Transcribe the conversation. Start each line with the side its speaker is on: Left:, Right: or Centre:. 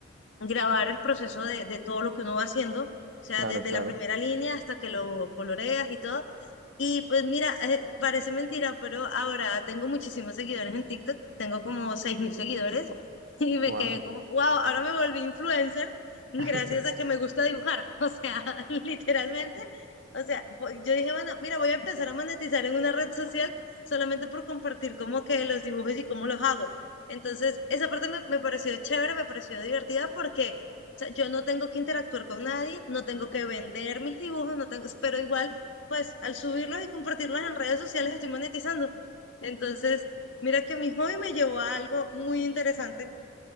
Left: grabar el proceso de, de todo lo que uno va haciendo, o sea,
Right: Claro,
Left: desde
Right: claro.
Left: la primera línea hasta que lo coloreas y todo, y pues mira, eh, parece mentira, pero ahora tengo muchísimos seguidores en TikTok, tengo como 6.000 seguidores <laughs> y me
Right: Wow.
Left: quedé como, wow, ahora me volví influencer gracias
Right: <laughs>
Left: a que me gusta dibujar, <laughs> o sea, <laughs> literalmente, o sea, voy- yo dije, bueno, mira, voy a empezar a monetizar en una red social solamente por compartir como que los dibujos y cómo los hago. Entonces, esa parte me, me pareció chévere, me pareció divertida porque... O sea, yo no tengo que interactuar con nadie, no tengo que vender mis dibujos, no tengo, pero igual pues al subirlos y compartirlos en redes sociales estoy monetizando. Entonces, mira que mi hobby me llevó a algo muy interesante